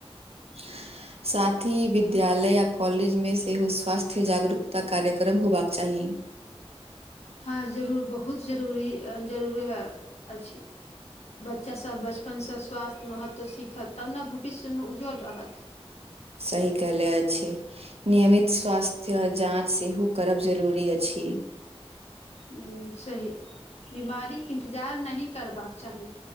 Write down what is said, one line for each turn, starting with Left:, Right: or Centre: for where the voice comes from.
Right: <unintelligible> <inaudible> साथ ही विद्यालय आ कॉलेज मे सेहो स्वास्थ्य जागरूकता कार्यक्रम होबाक चाही
Left: हँ जरूर बहुत जरूरी जरूरी ह अछि बच्चासभ बचपनसँ स्वास्थ्य महत्व सीखत तब न भविष्यमेज्ज्वल रहत
Right: सही कयले अछि नियमित स्वास्थ्य जाँच सेहो करब जरूरी अछि
Left: ह सही बिमारीके इन्तजार नहि करबाक चाही